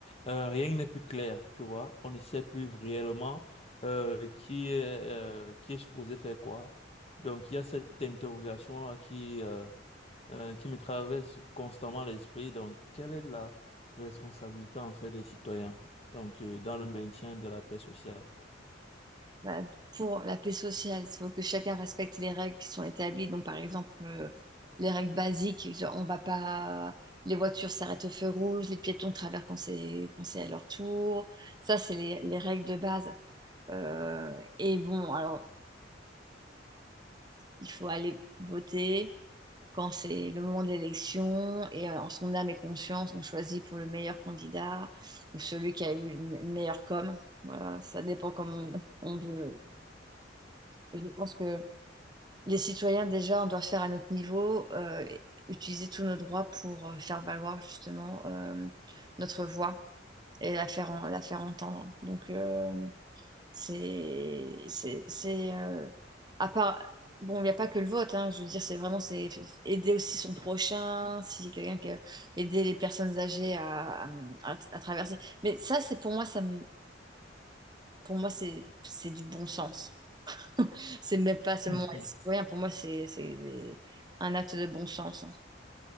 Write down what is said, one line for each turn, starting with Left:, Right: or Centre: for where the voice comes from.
Left: euh, rien n'est plus clair, tu vois. On ne sait plus réellement euh, qui est, euh, qui est supposé faire quoi. Donc, il y a cette interrogation-là qui, euh, euh, qui me traverse constamment l'esprit. Donc, quelle est la responsabilité en fait des citoyens? Donc, euh, dans le maintien de la paix sociale.
Right: bah, pour la paix sociale, il faut que chacun respecte les règles qui sont établies. Donc, par exemple, euh, les règles basiques, genre, on va pas, les voitures s'arrêtent au feu rouge, les piétons traversent quand c'est quand c'est à leur tour. Ça, c'est les, les règles de base. Euh, et bon, alors, il faut aller voter quand c'est le moment de l'élection et euh, en son âme et conscience, on choisit pour le meilleur candidat ou celui qui a eu une meilleure com. Voilà, ça dépend comment on, on veut. Et je pense que les citoyens, déjà, on doit faire à notre niveau, euh, et utiliser tous nos droits pour euh, faire valoir justement euh, notre voix et la faire, en- la faire entendre. Donc, euh, c'est, c'est, c'est, euh, à part, bon, il n'y a pas que le vote, hein, je veux dire, c'est vraiment, c'est f- aider aussi son prochain, si quelqu'un que, aider les personnes âgées à, à, à traverser. Mais ça, c'est pour moi, ça me- pour moi, c'est, c'est du bon sens. C'est même pas seulement
Left: <laughs>
Right: être citoyen, pour moi, c'est c'est un acte de bon sens. hein.